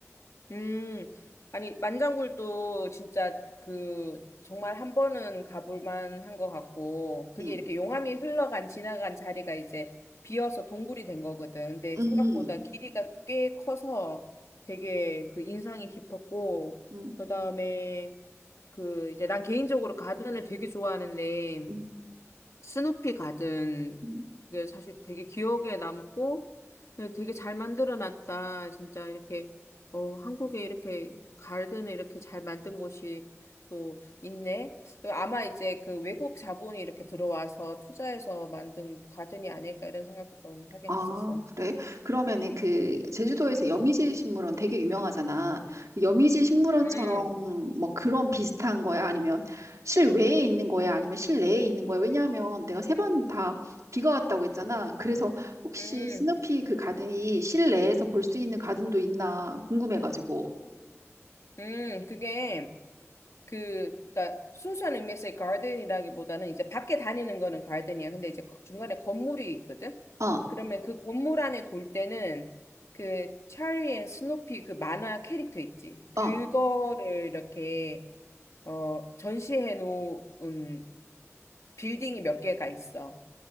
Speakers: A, on the left; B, on the right.
A: 음, 아니, 만장굴도 진짜 그, 정말 한 번은 가볼 만한 것 같고, 그게
B: 음,
A: 이렇게 용암이 흘러간, 지나간 자리가 이제 비어서 동굴이 된 거거든. 근데
B: 음,
A: 생각보다 길이가 꽤 커서 되게 그 인상이 깊었고,
B: 음,
A: 그 다음에 그 이제 난 개인적으로 가든을 되게 좋아하는데,
B: 음,
A: 스누피 가든
B: 음.
A: 그게 사실 되게 기억에 남고 네, 되게 잘 만들어 놨다. 진짜 이렇게 어 한국에 이렇게 가든을 이렇게 잘 만든 곳이 또 있네. 아마 이제 그 외국 자본이 이렇게 들어와서 투자해서 만든 가든이 아닐까 이런 생각도 좀 하긴
B: 아,
A: 했었어.
B: 그래? 그러면은 그
A: 음,
B: 제주도에서 여미지 식물원 되게 유명하잖아. 그 여미지 식물원처럼
A: 음,
B: 뭐 그런 비슷한 거야? 아니면 실외에 있는 거야? 아니면 실내에 있는 거야? 왜냐하면 내가 세 번 다 비가 왔다고 했잖아. 그래서 혹시
A: 음,
B: 스누피 그 가든이 실내에서 볼 수 있는 가든도 있나 궁금해가지고.
A: 음, 그게 그, 그니까, 순수한 의미에서의 가든이라기보다는 이제 밖에 다니는 거는 가든이야. 근데 이제 거- 중간에 건물이 있거든?
B: 어,
A: 그러면 그 건물 안에 돌 때는 그 찰리 앤 스노피 그 만화 캐릭터 있지. 그거를
B: 어, 아,
A: 이렇게, 어, 전시해 놓은 빌딩이 몇 개가 있어.